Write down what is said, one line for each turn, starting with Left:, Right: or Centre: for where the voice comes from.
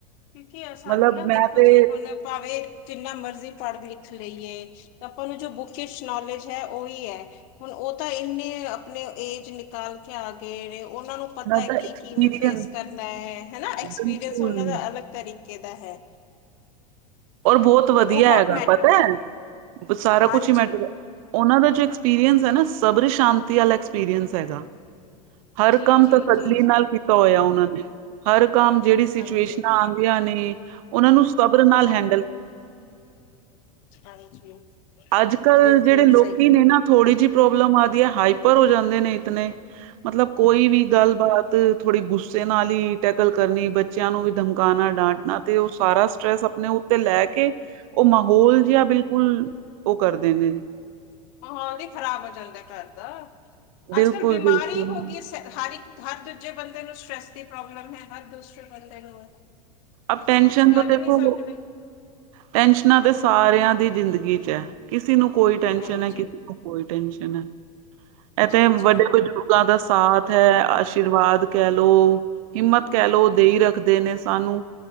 Left: ਕਿਉਂਕਿ ਸਾਨੂੰ
Right: ਮਤਲਬ
Left: ਨਾ
Right: ਮੈਂ
Left: ਦੇਖੋ
Right: ਤੇ
Left: ਜੀ ਹੁਣ ਭਾਵੇਂ ਜਿੰਨਾ ਮਰਜ਼ੀ ਪੜ੍ਹ ਲਿਖ ਲਈਏ ਆਪਾਂ ਨੂੰ ਜੋ ਬੁਕਿਸ਼ ਨੌਲੇਜ ਹੈ ਉਹੀ ਹੈ ਹੁਣ ਉਹ ਤਾਂ ਇੰਨੇ ਆਪਣੇ ਏਜ ਨਿਕਾਲ ਆ ਗਏ ਨੇ ਉਹਨਾਂ ਨੂੰ ਪਤਾ ਹੈ
Right: ਦਾ
Left: ਕੀ
Right: ਐਕਸਪੀਰੀਅੰਸ
Left: ਕਿਵੇਂ ਫੇਸ ਕਰਨਾ ਹੈ ਹਨਾ ਐਕਸਪੀਰੀਅੰਸ
Right: ਬਿਲਕੁਲ
Left: ਉਹਨਾਂ ਦਾ ਅਲੱਗ ਤਰੀਕੇ ਦਾ ਹੈ
Right: ਔਰ ਬਹੁਤ ਵਧੀਆ
Left: ਤੇ ਉਹ ਬਹੁਤ
Right: ਹੈਗਾ
Left: ਮੈਟਰ
Right: ਪਤਾ
Left: ਕਰਦਾ
Right: ਹੈ ਸਾਰਾ
Left: ਹਾਂਜੀ,
Right: ਕੁਛ ਹੀ ਮੈਟਰ ਉਹਨਾਂ ਦਾ ਜੋ ਐਕਸਪੀਰੀਅੰਸ ਹੈ ਨਾ ਸਬਰ ਸ਼ਾਂਤੀ ਵਾਲਾ ਐਕਸਪੀਰੀਅੰਸ ਹੈਗਾ ਹਰ
Left: ਜੀ,
Right: ਕੰਮ
Left: ਜੀ,
Right: ਤਾਂ ਤੱਲੀ
Left: ਜੀ।
Right: ਨਾਲ ਕੀਤਾ ਹੋਇਆ ਉਹਨਾਂ ਨੇ ਹਰ ਕੰਮ ਜਿਹੜੀ ਸਿਚੁਏਸ਼ਨਾਂ
Left: ਹਾਂਜੀ,
Right: ਆਉਂਦੀਆਂ ਨੇ ਉਹਨਾਂ ਨੂੰ ਸਬਰ ਨਾਲ ਹੈਂਡ
Left: ਹਾਂਜੀ
Right: ਅੱਜ ਕੱਲ੍ਹ
Left: ਬਿਲਕੁਲ
Right: ਜਿਹੜੇ ਲੋਕੀ
Left: ਸਹੀ।
Right: ਨੇ ਨਾ ਥੋੜ੍ਹੀ ਜਿਹੀ ਪ੍ਰੋਬਲਮ ਆਦੀ ਹੈ ਹਾਈਪਰ ਹੋ ਜਾਂਦੇ ਨੇ ਇਤਨੇ ਮਤਲਬ ਕੋਈ ਵੀ ਗੱਲਬਾਤ ਥੋੜ੍ਹੀ ਗੁੱਸੇ ਨਾਲ ਹੀ ਟੈਕਲ ਕਰਨੀ, ਬੱਚਿਆਂ ਨੂੰ ਵੀ ਧਮਕਾਉਣਾ ਡਾਂਟਣਾ ਅਤੇ ਉਹ ਸਾਰਾ ਸਟਰੈਸ ਆਪਣੇ ਤੇ ਲੈ ਕੇ ਉਹ ਮਾਹੌਲ ਜਿਹਾ ਬਿਲਕੁਲ ਉਹ ਕਰਦੇ ਨੇ
Left: ਮਾਹੌਲ ਵੀ ਖ਼ਰਾਬ ਹੋ ਜਾਂਦਾ ਘਰ ਦਾ,
Right: ਬਿਲਕੁਲ
Left: ਅੱਜ ਕੱਲ ਬਿਮਾਰੀ
Right: ਬਿਲਕੁਲ
Left: ਹੋ ਗਈ ਸ ਹਰ ਇੱਕ ਹਰ ਦੂਜੇ ਬੰਦੇ ਨੂੰ ਸਟਰ੍ਰੈਸ ਦੀ ਪ੍ਰੋਬਲਮ ਹੈ ਹਰ ਦੂਸਰੇ ਬੰਦੇ ਨੂੰ ਤੁਸੀਂ
Right: ਅ ਟੈਨਸ਼ਨ
Left: ਕੁਛ ਕਰ
Right: ਤੋਂ
Left: ਹੀ
Right: ਦੇਖੋ
Left: ਨਹੀਂ ਸਕਦੇ
Right: ਟੈਨਸ਼ਨਾਂ ਤੇ ਸਾਰਿਆਂ ਦੀ ਜ਼ਿੰਦਗੀ ਚ ਹੈ ਕਿਸੇ ਨੂੰ ਕੋਈ ਟੈਨਸ਼ਨ
Left: ਹਾਂਜੀ
Right: ਹੈ ਕੋਈ ਟੈਂਸ਼ਨ ਹੈ ਇਹ ਤੇ
Left: ਜੀ
Right: ਵੱਡੇ
Left: ਜੀ
Right: ਕੁਛ ਬਜ਼ੁਰਗਾਂ ਦਾ ਸਾਥ ਹੈ ਆਸ਼ੀਰਵਾਦ ਕਹਿ ਲਓ ਹਿੰਮਤ ਕਹਿ ਲਓ ਦੇਈ ਰੱਖਦੇ ਨੇ ਸਾਨੂੰ